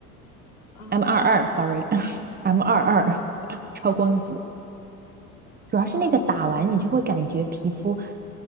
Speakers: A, on the left; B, on the right.
A: 啊
B: M 二二 sorry <laughs> M 二二超光子，主要是那个打完你就会感觉皮肤
A: 啊，这样子